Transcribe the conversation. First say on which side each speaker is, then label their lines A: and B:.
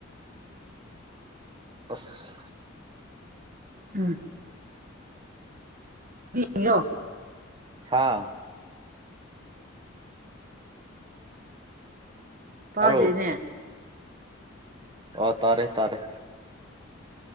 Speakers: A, on the right; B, on the right.
A: ꯑꯁ
B: ꯎꯝ <unintelligible>
A: ꯍꯥꯥ
B: ꯇꯥꯗꯦꯅꯦ
A: ꯇꯥꯕ꯭ꯔꯣ ꯑꯣ ꯇꯥꯔꯦ ꯇꯥꯔꯦ